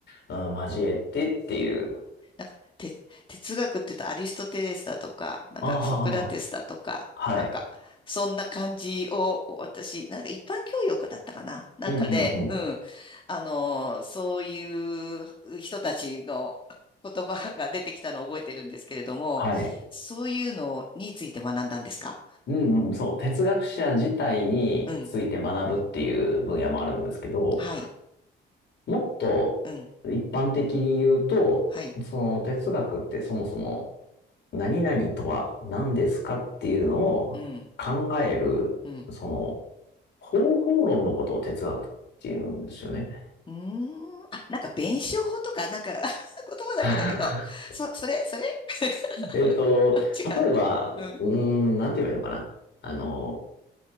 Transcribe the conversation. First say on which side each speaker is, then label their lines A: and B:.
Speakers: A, on the left; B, on the left.
A: うん交えてっていう。
B: なんか、て、哲学って言うとアリストテレスだとか、なんかソクラテスだとか、
A: ああ、はい。
B: なんか、そんな感じを、私、なんか一般教養科だったかななんかで、
A: うんうんうん。
B: うん。あの、そういう人たちの言葉が出てきたのを覚えてるんですけれども、
A: はい。
B: そういうのについて学んだんですか
A: うんうん、そう。哲学者自体について学ぶっていう分野もあるんですけど、
B: うん。はい。
A: もっと一般的に言うと、
B: うん。はい。
A: その哲学ってそもそも何々とは何ですかっていうのを考える、
B: うん、うん。
A: その、方法論のことを哲学っていうんですよね。
B: うーん。あ、なんか弁証法とか、なんか <laughs> 言葉だけだけど、
A: <laughs>
B: そ、それ、それ <laughs>
A: えっと、
B: 違う。
A: 例えば、
B: うん。
A: うーん、なんて言えばいいのかな。あの、